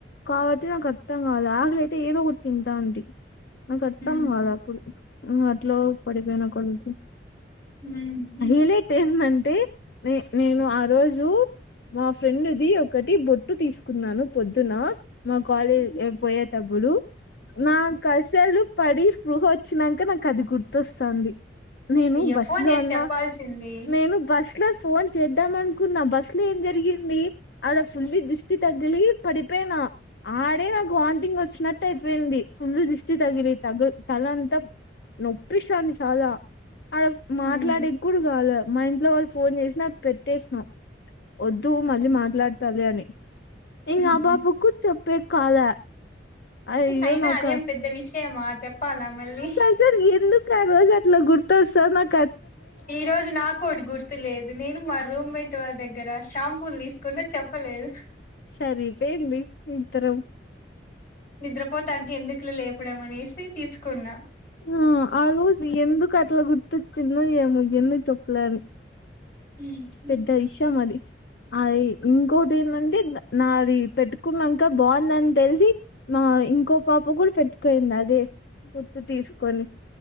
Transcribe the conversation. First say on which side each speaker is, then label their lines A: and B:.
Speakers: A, on the left (about 65°); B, on the left (about 50°).
A: కాబట్టి నాకు అర్థం కాదు ఆగలియితే ఏదో ఒకటి తింటా అంటి నాకు అర్థం
B: హ్మ్
A: కాద అప్పుడు అట్లో పడిపోయిన కొంచం
B: హ్మ్ హ్మ్.
A: హైలట్ ఏందంటే నే నేను ఆ రోజు మా ఫ్రెండ్ది ఒకటి బొట్టు తీసుకున్నాను పొద్దున మా కాలేజ్ పోయేటప్పుడు నా కసాలు పడి స్పృహ వచ్చినక <unintelligible> నాకు అది గుర్తొస్తతాంది నేను
B: అయ్యో
A: బస్సు
B: ఫోన్
A: లో
B: చేసి
A: ఉన్నా
B: చెప్పాల్సింది
A: నేను బస్ లో ఫోన్ చేద్దాం అనుకున్న బ అ ఏం జరిగింది ఆడ ఫుల్లీ దుష్టి తగిలి పడిపోయినా ఆడే నాకు వాంతింగ్ వచ్చినట్ పట్ అయితుపోయింది ఫుల్లు దిస్తి తగిలి తగ తల అంతా నొప్పిస్తాంది చాల ఆడ
B: హ్మ్
A: మాట్లాడి ప్పుడు కావాల మా ఇంట్లో వాళ్ళు ఫోన్ చేసిన పెట్టేసిన వద్దు మళ్ళీ మాట్లాడతలే <unintelligible>
B: హుహు.
A: ఇంగ అబ్బా అబ కూ చెప్పే కాల అయ్యోనాక
B: అయినా అదేం పెద్ద విషయమా చెప్పాల మళ్ళీ
A: <unintelligible> ల్ ఎందుకు ఆ రోజు అట్లా గుర్తొస్త <unintelligible>
B: ఈ రోజు నాకోటి గుర్ గుర్తు లేదు నేను మా రూమ్మేట్ వారి దగ్గర షాంపూలు తీసుకుంన చెప్పలేదు
A: సరిపోయింది ఇద్దరం
B: నిద్రపోతాంటే ఎందుకులే లేపడం అనేసి తీసుకున్న
A: ఆ ఆ రోజు ఎందుకు అట్లా గుర్తొచ్చిందో ఏమో ఎన్ని <unintelligible>
B: ఊహు
A: పెద్ద ఇషయం అది అది ఇంకోటి ఏందంటే నాది పెట్టుకున్నాంక బావుందని తెలిసి మా ఇంకో పాప కూడా పెట్టుకోయింది అదే త తీసుకొని